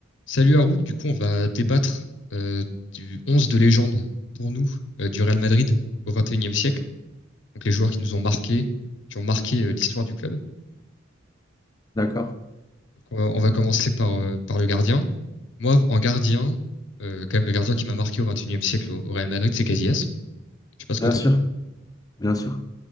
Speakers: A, on the left; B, on the left.
A: Salut Haroun, du coup on va débattre euh, du 11 de légende pour nous euh, du Real Madrid au 21e siècle, donc les joueurs qui nous ont marqués, qui ont marqué euh, l'histoire du club.
B: D'accord.
A: Donc, euh, on va commencer par, euh, par le gardien. Moi en gardien, euh, quand même le gardien qui m'a marqué au 21e siècle au, au Real Madrid, c'est Casillas. Je sais pas ce
B: Bien
A: que t'en
B: sûr,
A: penses.
B: bien sûr.